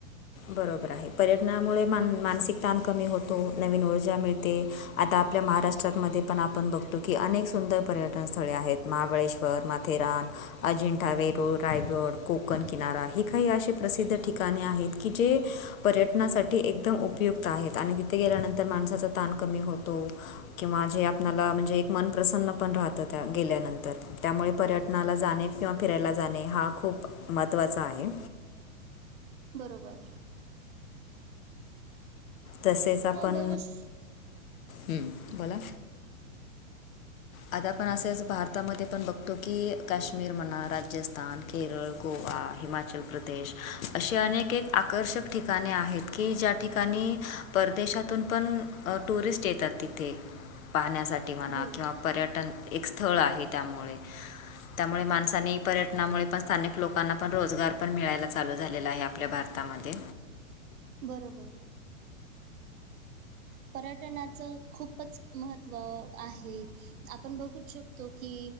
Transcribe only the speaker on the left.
बरोबर आहे, पर्यटनामुळे मान मानसिक ताण कमी होतो नवीन ऊर्जा मिळते. ते आता आपल्या महाराष्ट्रातमध्ये पण आपण बघतो की, अनेक सुंदर पर्यटन स्थळे आहेत महाबळेश्वर- बर माथेरान, अजिंठा वेरूळ, रायगड, कोकण किनारा हे काही असे प्रसिद्ध ठिकाणे आहेत. की जे पर्यटनासाठी एकदम उपयुक्त आहेत, आणि तिथे गेल्यानंतर माणसाचा ताण कमी होतो. किंवा जे आपला म्हणजे एक मन प्र्रसन्न पण राहतं त्या गेल्यानंतर. त्यामुळे पर्यटनाला जाणे किंवा फिरायला जाणे हा खूप महत्त्वाचा आहे.
तसेच आपण,
हम् बोला? आता आपण असेच भारतामध्ये पण बघतो की काश्मीर म्हणा राजस्थान केरळ गोवा हिमाचल- हिमाचल प्रदेश अशी अनेक एक आकर्षक ठिकाणे आहेत की ज्या ठिकाणी, परदेशातून पण टुरिस्ट येतात तिथे पाहण्यासाठी म्हणा
किंवा पर्यटन एक स्थळ आहे त्यामुळे. त्यामुळे माणसानी पर्यटनामुळे पण स्थानिक लोकांना पण रोजगार पण मिळायला चालू झालेला आहे आपल्या भारतात. भतामध्ये.